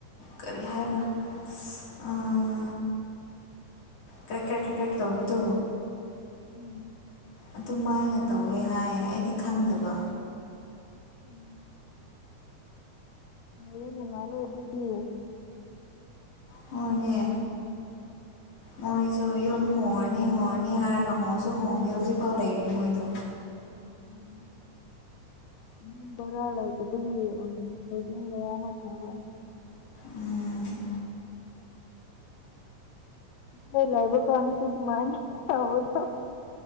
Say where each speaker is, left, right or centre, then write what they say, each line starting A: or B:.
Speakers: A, on the left; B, on the left.
A: ꯀꯔꯤ ꯍꯥꯏꯕ ꯑꯥ ꯀ꯭ꯔꯦꯛ ꯀ꯭ꯔꯦꯛ ꯀ꯭ꯔꯦꯛ ꯀ꯭ꯔꯦꯛ ꯇꯧꯕꯗꯣ
B: ꯎꯝ
A: ꯑꯗꯨꯃꯥꯏꯅ ꯇꯧꯋꯦ ꯍꯥꯏꯌꯦ ꯑꯩꯗꯤ ꯈꯪꯗꯕ꯫
B: ꯎꯝ ꯅꯣꯏ ꯅꯨꯉꯥꯏꯔꯣꯏ ꯑꯗꯨꯗꯤ
A: ꯍꯣꯏꯅꯦ꯫ ꯃꯣꯏꯁꯨ ꯌꯨꯝ ꯍꯣꯡꯉꯅꯤ ꯍꯣꯡꯉꯅꯤ ꯍꯥꯏꯔꯒ ꯍꯣꯡꯁꯨ ꯍꯣꯡꯗꯦ ꯍꯧꯖꯤꯛꯐꯥꯎ ꯂꯩꯔꯤ ꯃꯣꯏꯗꯣ꯫
B: <inaudible> <inaudible>
A: ꯎꯝ꯫
B: <inaudible>